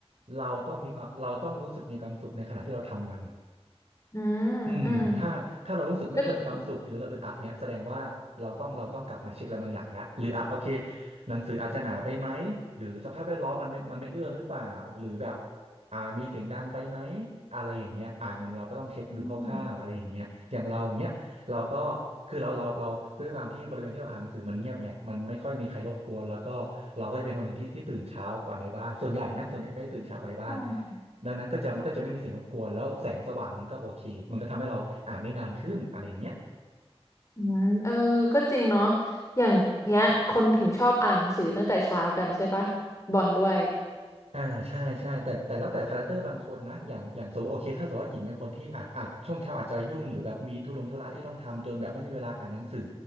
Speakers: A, on the right; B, on the left.
A: เราต้องมีความเราต้องรู้สึกมีความสุขในขณะที่เราทำมัน
B: อืมอืม
A: อืมถ้าถ้าเรารู้สึกไม่ค่อยมีความสุขหรือเราอึดอัดเนี้ยแสดงว่าเราต้องเราต้องกลับมาเช็คอะไรบางอย่างแล้วหรืออาจโอเค
B: ก็จริง
A: หนังสืออาจจะหนาไปไหมหรือสภาพแวดล้อมมันไม่มันไม่เอื้อหรือเปล่าหรือแบบอ่ามีเสียงดังไปไหมอะไรอย่างเงี้ยอ่ามันเราก็ต้องเช็คดูคร่าวๆอะไรอย่างเงี้ยอย่างเราเนี้ยเราก็
B: อืม
A: คือเราเราเราคือด้วยความที่บริเวณที่เราอ่านหนังสือมันเงียบไงมันไม่ค่อยมีใครรบกวนแล้วก็เราก็จะเป็นคนหนึ่งที่ที่ตื่นเช้ากว่าในบ้านส่วนใหญ่นะส่วนใหญ่ก็จะตื่นเช้ากว่าในบ้าน
B: อืม
A: ดังนั้นก็จะก็จะไม่มีเสียงรบกวนแล้วแสงสว่างมันก็โอเคมันก็ทำให้เราอ่านได้นานขึ้นอะไรอย่างเงี้ย
B: อืมเออก็จริงเนาะอย่างเงี้ยคนถึงชอบอ่านหนังสือตั้งแต่เช้ากันใช่ปะบอลด้วย
A: อ่าใช่ใช่แต่แต่แล้วแต่คาแรคเตอร์บางคนนะอย่างอย่างสมมติโอเคถ้าสมมติว่าหญิงเป็นคนที่อ่าอาจช่วงเช้าอาจจะยุ่งหรือแบบมีธุรงธุระที่ต้องทำจนแบบไม่มีเวลาอ่านหนังสือ